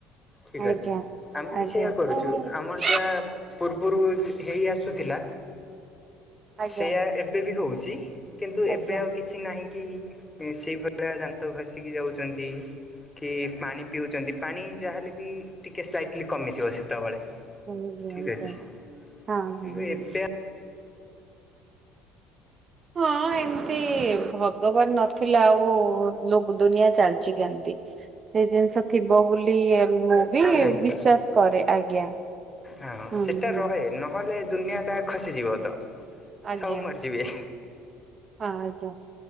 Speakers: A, on the left (about 15°); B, on the right (about 40°).
A: ଠିକ୍
B: ଆଜ୍ଞା।
A: ଅଛି। ଆମେ ବି
B: ଆଜ୍ଞା
A: ସେଇୟା କରୁଛୁ
B: ଆଜ୍ଞା
A: ଆମର ଯାହା ପୂର୍ବରୁ ହେଇ ଆସୁଥିଲା
B: ଆଜ୍ଞା
A: ସେୟା ଏବେ ବି ହଉଛି କିନ୍ତୁ ଏବେ
B: ଆଜ୍ଞା ଆଜ୍ଞା
A: ଆଉ କିଛି ନାହିଁ କି ସେଇ ଭଳିଆ ଦାନ୍ତ ଘଷିକି ଯାଉଛନ୍ତି। କି ପାଣି ପିଉଛନ୍ତି ପାଣି ଯାହାହେଲେ ବି ଟିକେ ସ୍ଲାଇଟିଲି କମିଥିବ ସେତେବେଳେ
B: ଆଜ୍ଞା
A: ଠିକ୍
B: ଆଜ୍ଞା
A: ଅଛି
B: ଆଜ୍ଞା
A: କିନ୍ତୁ
B: ହଁ ହଁ
A: ଏବେ
B: ହଁ। ହଁ ଏମତି ଭଗବାନ ନଥିଲା ଆଉ ଲୋ ଦୁନିଆ ଚାଲିଛି କେମତି। ସେ ଜିନିଷ ଥିବ ବୋଲି ମୁଁ ବି
A: ଆଉ ନାହିଁ
B: ବିଶ୍ଵାସ
A: ସେ
B: କରେ ଆଜ୍ଞା।
A: ହଁ
B: ହୁଁ
A: ସେଟା
B: ହୁଁ
A: ରହେ ନହେଲେ ଦୁନିଆ ଟା ଖସିଯିବ ତ।
B: ଆଜ୍ଞା
A: ସବୁ ମରିଯିବେ।
B: ହଁ ଆଜ୍ଞା